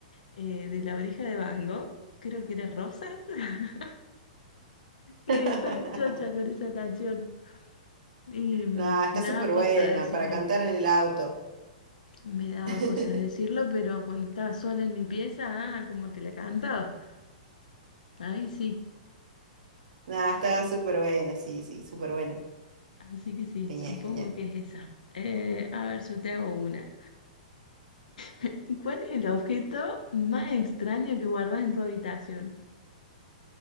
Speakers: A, on the left; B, on the right.
A: eh, de La Oreja de Van Gogh, creo que era Rosas. <laughs> Eh,
B: <laughs>
A: estaba chocha con esa canción y mm,
B: Nah, está
A: me
B: súper
A: daba cosa
B: buena
A: decirlo.
B: para cantar en el auto.
A: Me daba
B: <laughs>
A: cosa decirlo, pero cuando estaba sola en mi pieza, ah, como te la cantaba. Ahí sí.
B: Nah, está súper buena, sí, sí, súper buena.
A: Así que sí, supongo
B: Genial, genial.
A: que es esa. Eh, a ver, yo te hago una. <laughs> ¿Cuál es el objeto más extraño que guardas en tu habitación?